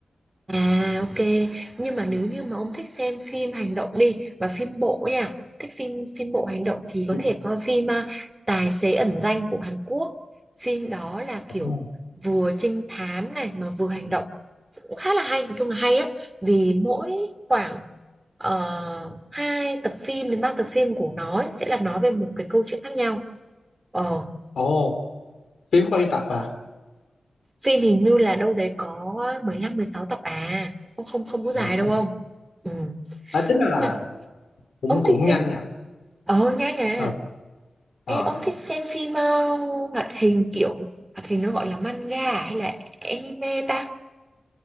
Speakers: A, on the right; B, on the left.
A: À ok, nhưng mà nếu như mà ông thích xem phim hành động đi và phim bộ nha, thích phim phim bộ hành động thì có
B: Phim
A: thể coi phim à, Tài xế ẩn danh của Hàn Quốc. Phim đó là
B: cũng,
A: kiểu vừa trinh thám này mà vừa hành động. Cũng khá là hay, nói chung là hay á, vì mỗi khoảng uh, 2 tập phim đến 3 tập phim của nó ấy, sẽ là nói về một cái câu chuyện khác nhau. Ờ,
B: ồ phim có bao nhiêu tập à
A: phim hình như là đâu đấy có mười lăm mười sáu tập à. Không không không có dài
B: ờ, được
A: đâu
B: sống
A: không?
B: à,
A: Ừ.
B: À, tính ra
A: Ủa
B: là
A: mà
B: cũng
A: ông
B: cũng
A: thích xem
B: nhanh nhỉ
A: ờ nghe à
B: ờ ờ
A: Ê, ông thích xem phim ờ, hoạt hình kiểu hoạt hình nó gọi là manga à hay là anime ta